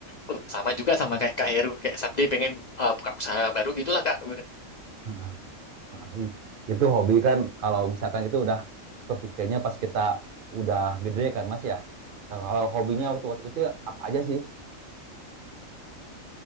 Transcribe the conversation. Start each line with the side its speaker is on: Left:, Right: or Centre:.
Left: Uh, sama juga sama kayak Kak Heru, kayak Sabdi pengen uh, buka usaha baru gitulah Kak.
Right: Hmm. Nah, it- itu hobi kan kalau misalkan itu udah kepikirnya pas kita udah gede kan Mas ya. Nah, kalau hobinya waktu waktu kecil apa aja sih?